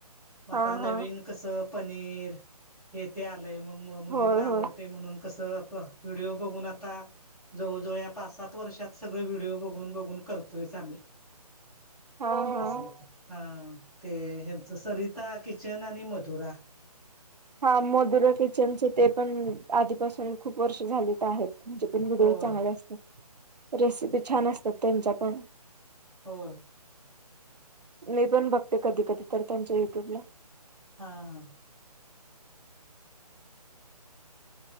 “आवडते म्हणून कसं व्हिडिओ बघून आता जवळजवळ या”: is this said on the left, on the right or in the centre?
Centre